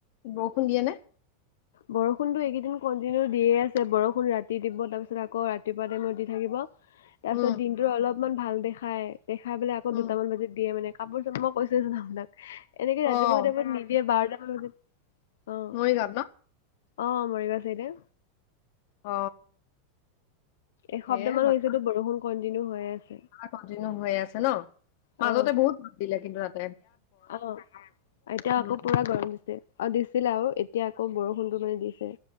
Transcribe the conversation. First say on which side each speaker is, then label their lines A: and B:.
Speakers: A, on the left (about 60°); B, on the left (about 85°).
A: বৰষুণ দিয়ে নে।
B: বৰষুণতো এইকেইদিন কণ্টিনিউ দিয়ে আছে বৰষুণ ৰাতি দিব তাৰপিছত আকৌ ৰাতিপুৱা টাইমত দি থাকিব। তাৰপিছত
A: উম,
B: দিনটো অলপমান ভাল দেখাই দেখাই বোলে আকৌ
A: উম,
B: দুটামান বজাত দিয়ে মানে কাপোৰ-চাপোৰ মই কৈছো ন আপোনাক এনেকে ৰাতিপুৱা
A: অ'
B: তাইমত নিদিয়ে বাৰটামান বজাত। অ
A: মৰিগাওঁ ত ন?
B: অ মৰি গাওঁ ছেইদে।
A: অ।
B: এসপ্তাহ
A: সেয়া
B: মান
A: হয়
B: হৈছেতো বৰষুণ কন্টিনিউ হৈ আছে
A: কন্টিনিউ হৈ আছে নহঁ। মাজতে
B: অ
A: বহুত ভাল দিলে কিন্তু ৰাতি।
B: অ এতিয়া
A: উম,
B: আকৌ পুৰা গৰম দিছে অ দিছিলে আৰু এতিয়া আকৌ বৰষুণ